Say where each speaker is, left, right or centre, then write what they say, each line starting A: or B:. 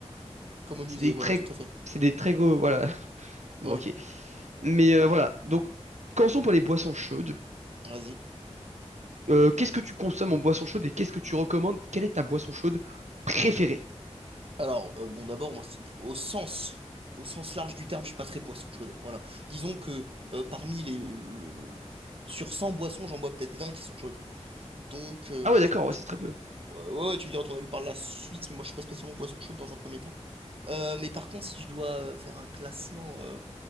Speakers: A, on the right (about 55°); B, on the right (about 85°).
A: Comme au
B: C'est
A: musée,
B: des
A: voilà,
B: très,
A: tout à fait.
B: c'est des très gros, voilà. <laughs> Bon,
A: Ouais,
B: ok. Mais euh, voilà. Donc, commençons par les boissons chaudes.
A: vas-y.
B: Euh, qu'est-ce que tu consommes en boisson chaude et qu'est-ce que tu recommandes? Quelle est ta boisson chaude préférée?
A: Alors, euh, bon, d'abord, moi, si- au sens, au sens large du terme, je suis pas très boisson chaude. Voilà. Disons que euh, parmi les, le- le- le- sur 100 boissons, j'en bois peut-être 20 qui sont chaudes. Donc, euh,
B: Ah
A: je
B: ouais,
A: suis.
B: d'accord, ouais,
A: Tu...
B: c'est très peu.
A: Ouais, ouais, ouais, tu me diras ton avis par la suite. Moi, je suis pas spécialement poisson chaud dans un premier temps. Euh, mais par contre, si je dois euh, faire un classement, euh,